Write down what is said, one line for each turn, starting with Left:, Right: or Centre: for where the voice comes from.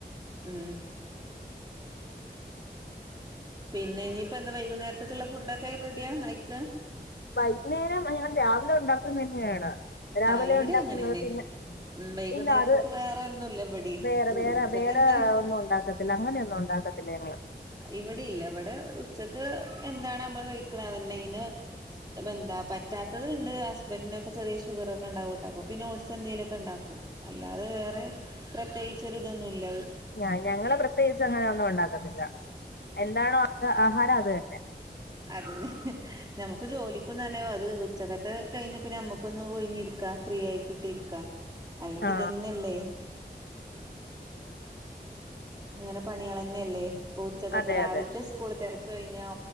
Right: ഉം പിന്നെ ഇനിയിപ്പന്താ വൈകുന്നേരത്തക്കുള്ള ഫുഡൊക്കെ റെഡിയാ ആയിക്കാ
Left: വൈകുന്നേരം ഞങ്ങൾ രാവിലെ ഉണ്ടാക്കുന്ന തന്നെയാണ് രാവിലെ
Right: ആ ഇവിടെ
Left: ഉണ്ടാക്കുന്നത്
Right: അങ്ങനെന്നെ
Left: പിന്നെ
Right: ഉം വൈകുന്നേരത്തേക്ക്
Left: ഇല്ല അത്
Right: വേറെ ഒന്നുല്ല ഇവിടേം
Left: വേറെ വേറെ
Right: ഉച്ചക്ക്
Left: വേറെ
Right: എന്താണ്
Left: ഒന്നും ഉണ്ടാക്കത്തില്ല അങ്ങനെയൊന്നും ഉണ്ടാക്കത്തില്ല ക്കത്തില്ല ങ്ങള്
Right: ഇവിടെയില്ല ഇവിടെ ക്ക് എന്താണ് നമ്മൾ കഴിക്കന്നെ ഇന് എന്താ പറ്റാത്തത്ണ്ട് ബെന്നൊക്കെ ചെറിയ ഷുഗ റൊക്കെ ഇണ്ടാവുംട്ടോ അപ്പോ പിന്ന ഓട്സ് എന്തെങ്കിലൊക്കെ ഇണ്ടാക്കും അല്ലാതെ വേറെ പ്രത്യേകിച്ചൊര് തൊന്നുംല്ല.
Left: ഞ ഞങ്ങള് പ്രത്യേകിച്ച് അങ്ങനെ ഒന്നും ഉണ്ടാക്കത്തില്ല എന്താണോ അത് ആഹാരം അത് തന്നെ.
Right: അതന്നെ നമക്ക് ജോലിക്കും തന്നെ അത് ഉച്ചക്കത്തെ കയ്ഞ്ഞ് പിന്നെ നമ്മുക്കൊന്ന് ഒയ്ഞ്ഞ്ര്ക്കാം ഫ്രീ ആയി കിട്ടിര്ക്ക അല്ലെങ്കി
Left: ആ
Right: ഇതന്നെയല്ലേ?. ഇങ്ങനെ പണികളെന്നെല്ലേ ഉച്ചക്കത്ത്
Left: അതെ
Right: രാവിൽത്തെ
Left: അതെ
Right: സ്കൂൾ ത്തെ തെര്കയ്ഞ്ഞാ